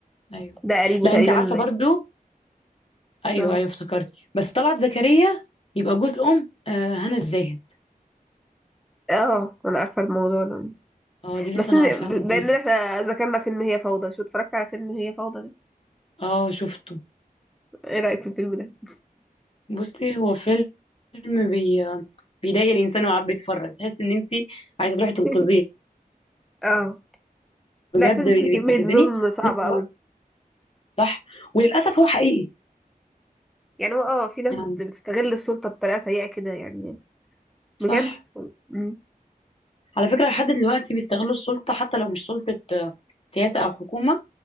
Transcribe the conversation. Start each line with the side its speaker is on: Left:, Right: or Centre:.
Left: ايوه
Centre: ده قريبه
Left: لا
Centre: تقريبا
Left: انت عارفه برضو ايوه
Centre: اه
Left: ايوه افتكرت بس طلعت زكريا يبقى جوز ام آه هنا الزاهد
Centre: اه انا عارفه الموضوع ده
Left: اه دي لسه
Centre: بس إن-
Left: انا عارفاها
Centre: بما
Left: من كام
Centre: ان
Left: يوم
Centre: احنا ذكرنا فيلم هي فوضى شو اتفرجت على فيلم هي فوضى ده
Left: اه شفته
Centre: ايه رأيك في الفيلم ده
Left: بصي هو فيلم بي بيضايق الانسان وقاعد بيتفرج تحس ان انت عايزه تروحي تنقذيه
Centre: <laughs> اه
Left: بجد
Centre: لا فيلم
Left: بي-
Centre: فيه
Left: بيستفزني
Centre: كمية ظلم صعبة
Left: وفي نفس الوقت
Centre: قوي
Left: صح وللاسف هو حقيقي
Centre: يعني هو اه في ناس
Left: يعني
Centre: بت- بتستغل السلطة بطريقة سيئة كده يعني
Left: صح
Centre: بجد مم.
Left: على فكره لحد دلوقتي بيستغلوا السلطه حتى لو مش سلطه آه، سياسه او حكومه